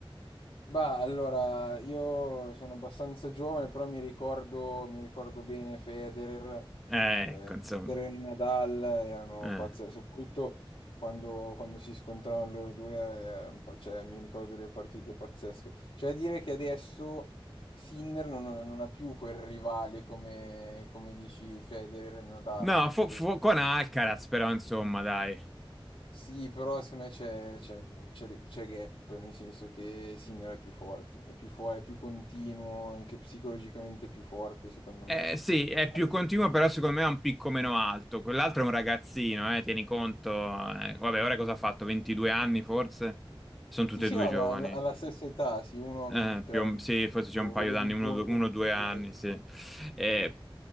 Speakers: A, on the left; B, in the centre.
A: Bah, allora, io sono abbastanza giovane, però mi ricordo, mi ricordo bene Federer,
B: Eh,
A: eh,
B: ecco, insomma.
A: Federer e Nadal erano
B: Eh.
A: pazzeschi, soprattutto quando, quando si scontravano loro due, eh, un po', cioè, mi ricordo delle partite pazzesche. Cioè, a dire che adesso Sinner non, non ha più quel rivale come, come dici Federer e Nadal,
B: No,
A: capito?
B: fu- fu- con Alcaraz però, insomma, dai.
A: Sì, però secondo me c'è c'è- c'è- c'è gap, nel senso che Sinner è più forte, è più, fu- è più continuo, anche psicologicamente è più forte, secondo
B: Eh,
A: me.
B: sì, è
A: Al-
B: più continuo, però secondo me ha un picco meno alto. Quell'altro è un ragazzino, eh, tieni conto. Eh, vabbè, ora cosa ha fatto? 22 anni forse? Sono tutti
A: Sì, sì,
B: e due
A: no,
B: giovani.
A: alla, alla stessa età, sì, 1,23
B: Eh, più
A: alla
B: o- sì, forse c'è un paio
A: 21,
B: d'anni, uno due- uno
A: 22,
B: o due anni,
A: sì.
B: sì. Eh,
A: Sì,